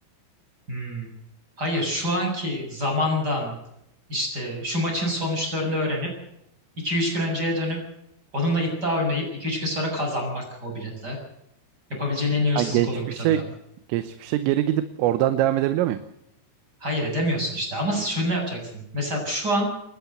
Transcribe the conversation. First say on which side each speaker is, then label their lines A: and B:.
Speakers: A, on the right; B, on the right.
A: Hmm. Hayır, şu anki zamandan işte şu maçın sonuçlarını öğrenip iki üç gün önceye dönüp onunla iddia oynayıp iki üç gün sonra kazanmak o biletle. Yapabileceğin en iyi hırsızlık
B: Ha, geçmişe
A: olur muhtemelen.
B: geçmişe geri gidip oradan devam edebiliyor muyum?
A: Hayır edemiyorsun işte ama
B: Hmm.
A: şunu yapacaksın. Mesela şu an